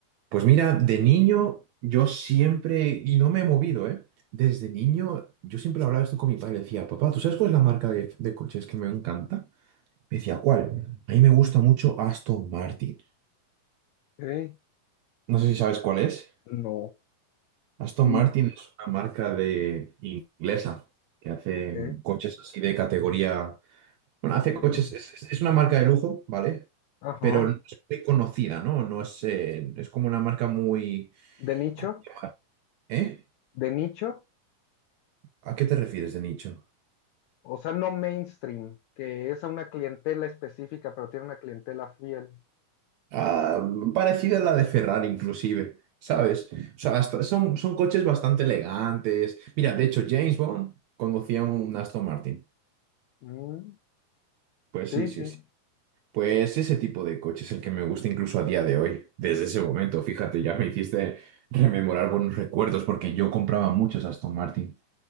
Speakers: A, on the right (about 80°); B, on the left (about 80°).
A: pues mira, de niño yo siempre, y no me he movido, ¿eh? Desde niño yo siempre hablaba esto con mi padre, le decía, papá, ¿tú sabes cuál es la marca de, de coches que me encanta? Me decía, ¿cuál? A mí me gusta mucho Aston Martin.
B: Ok.
A: No sé si sabes cuál es.
B: No.
A: Aston
B: Mm.
A: Martin es una marca de inglesa que hace
B: Ok.
A: coches así de categoría. Bueno,
B: No.
A: hace coches, es, es- es una marca de lujo, ¿vale?
B: Ajá.
A: Pero no es muy conocida, ¿no? No es, eh, es como una marca muy.
B: de nicho,
A: co- ¿Eh?
B: de nicho,
A: ¿A qué te refieres de nicho?
B: o sea, no mainstream, que es a una clientela específica, pero tiene una clientela fiel.
A: Ah, parecida a la de Ferrari, inclusive, ¿sabes? O sea, hasta- son, son coches bastante elegantes. Mira, de hecho, James Bond conducía un Aston Martin.
B: Mm,
A: Pues
B: sí,
A: sí, sí,
B: sí.
A: sí. Pues ese tipo de coche es el que me gusta incluso a día de hoy. Desde ese momento, fíjate, ya me hiciste rememorar buenos recuerdos porque yo compraba muchos Aston Martin.